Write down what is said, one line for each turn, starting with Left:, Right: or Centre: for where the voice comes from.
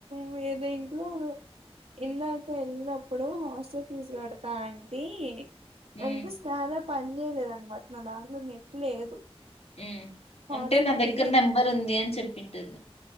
Right: మీర్ దీంట్లో ఇందాక ఎళ్ళినప్పుడు హాస్టల్ ఫీజు కడతా అంటీ
Left: మ్మ్
Right: అనిపిస్తారప్ పని చేయలేదనమాట నా దాంట్లో నెట్టు లేదు
Left: ఉ
Right: హాట్స్పాట్
Left: అంటే నా దగ్గర
Right: ఇయ్యండి
Left: నెంబర్ ఉంది అని చెప్ పింటద